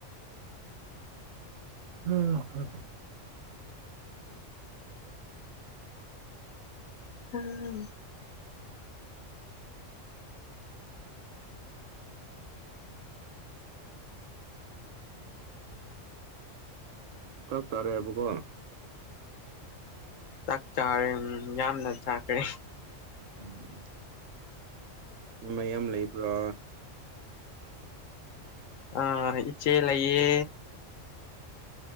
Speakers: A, on the right (about 80°); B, on the left (about 80°).
A: ꯎꯝ
B: ꯎꯝ
A: ꯆꯥꯛ ꯆꯥꯔꯦ ꯑꯕꯀꯣ
B: ꯆꯥꯛ ꯆꯥꯔꯦ ꯌꯥꯝꯅ ꯆꯥꯈ꯭ꯔꯦ
A: ꯎꯝ ꯎꯝ ꯃꯌꯥꯝ ꯂꯩꯕ꯭ꯔꯥ
B: ꯑꯥ ꯏꯆꯦ ꯂꯩꯌꯦ